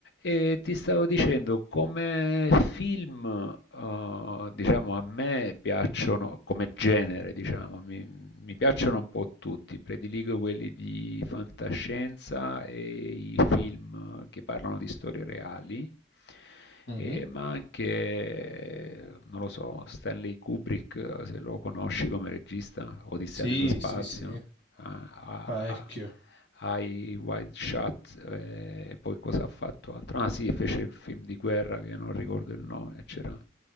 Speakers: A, on the left; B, on the left.
A: E ti stavo dicendo, come film, eh, diciamo, a me piacciono, come genere, diciamo, mi, mi piacciono un po' tutti, prediligo quelli di fantascienza e i film che parlano di storie reali,
B: Mhm.
A: e- ma anche, non lo so, Stanley Kubrick, se lo conosci come regista, Odissea
B: Sì,
A: nello spazio
B: sì, sì,
A: a-
B: parecchio.
A: a- ai Wild Shot, eh, poi cosa ha fatto altro? Ah sì, fece il film di guerra che non ricordo il nome, c'era...